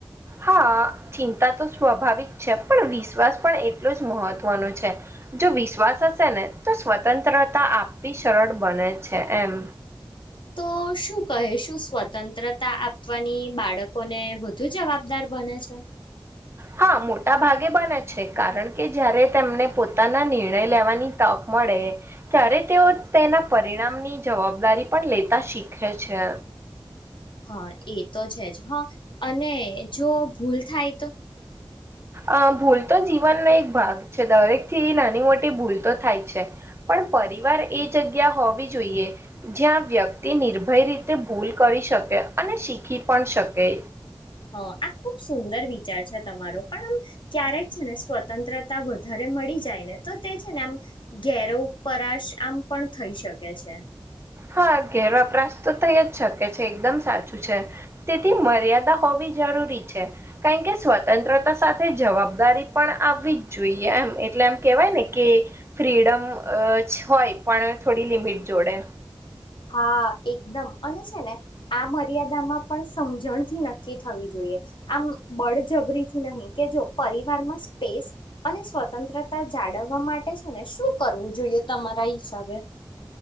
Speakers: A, on the right; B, on the left.
A: હા ચિંતા તો સ્વાભાવિક છે પણ વિશ્વાસ પણ એટલો જ મહત્વનો છે. જો વિશ્વાસ હશે ને તો સ્વતંત્રતા આપવી સરળ બને છે એમ.
B: <inaudible> તો શું કહે શું સ્વતંત્રતા આપવાની બાળકોને વધુ જવાબદાર બને છે.
A: હા મોટા ભાગે બને છે કારણ કે જયારે તેમને પોતાના નિર્ણય લેવાની તક મળે ત્યારે તેઓ તેના પરિણામની જવાબદારી પણ લેતા શીખે છે.
B: હા એ તો છે જ હા અને જો ભૂલ થાય તો,
A: અ ભૂલ તો જીવનનો એક ભાગ છે દરેક થી નાની મોટી ભૂલ તો થાય છે પણ પરિવાર એ જગ્યા હોવી જોઈએ. જ્યાં વ્યક્તિ નિર્ભય રીતે ભૂલ કરી શકે અને શીખી પણ શકે.
B: હ આ. ખુબ સુંદર વિચાર છે તમારો પણ આમ ક્યારેક છે ને સ્વતંત્રતા વધારે મળી જાય ને તો તે છે ને આમ ઘેરો પરાશ આમ પણ થઈ શકે છે.
A: હા ઘેર વપરાશ તો થઈ જ શકે છે એકદમ સાચું છે તેથી મર્યાદા દા હોવી જરૂરી છે. કારણ કે સ્વતંત્રતા સાથે જવાબદારી પણ આવવી જ જોઈએ એમ એટલે એમ કેવાય ને કે કે ફ્રીડમ અ હોય પણ થોડી લિમિટ જોડે.
B: હા એકદમ અને છે ને આ મર્યાદામાં પણ સમજણથી નક્કી થવી જોઈએ. આમ બળજબરીથી નહી કે જો પરિવારમાં સ્પેસ અને સ્વતંત્રતા. જાળવવા માટે છે ને શું કરવું જોઈએ તમારા હિસાબે.